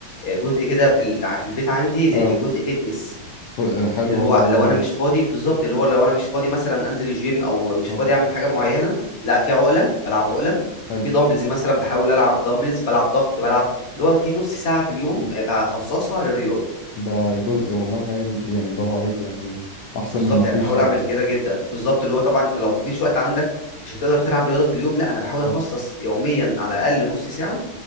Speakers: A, on the left; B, on the left.
A: جزء كده في ال- في البيت عندي زي
B: اه
A: جزء فيتنس
B: ف- حلو
A: اللي
B: والله
A: هو
B: برافو
A: لو انا
B: عليك
A: مش فاضي بالظبط اللي هو لو انا مش فاضي مثلا انزل الجيم او
B: صح
A: مش فاضي اعمل حاجه معينه لا في عقله بلعب عقله
B: حلو
A: في دامبلز مثلا بحاول العب دامبلز بلعب ضغط بلعب اللي هو في نص ساعه في اليوم بخصصها للرياضه
B: ده جزء والله هايل يعني برافو عليك يعني احسن
A: بالظبط
B: من ما
A: يعني
B: فيش
A: بحاول
B: طبعا
A: اعمل كده جدا بالظبط اللي هو طبعا انت لو مفيش وقت عندك مش هتقدر تلعب رياضه في اليوم لا انا بحاول اخصص
B: صح
A: يوميا على الاقل نص ساعه